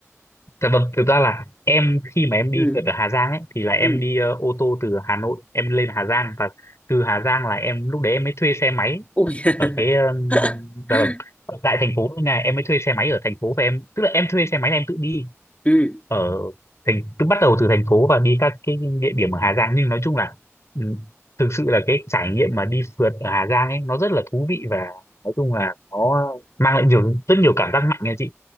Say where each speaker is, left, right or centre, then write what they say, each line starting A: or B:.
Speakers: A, on the left; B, on the left.
A: dạ vâng thực ra là em khi mà em đi
B: Ừ.
A: phượt ở Hà Giang ấy thì là em
B: Ừ.
A: đi ờ, ô tô từ Hà Nội em lên Hà Giang và từ Hà Giang là em lúc đấy em mới thuê xe máy
B: Ui. <laughs>
A: ở cái um, dạ vâng ở tại thành phố này em mới thuê xe máy ở thành phố và em tức là em thuê xe máy là em tự đi
B: ừ.
A: ở thành cứ bắt đầu từ thành phố và đi các cái địa điểm ở Hà Giang nhưng nói chung là ừ, thực sự là cái trải nghiệm mà đi phượt ở Hà Giang ấy nó rất là thú vị và nói chung là nó mang lại nhiều rất nhiều cảm giác mạnh nha chị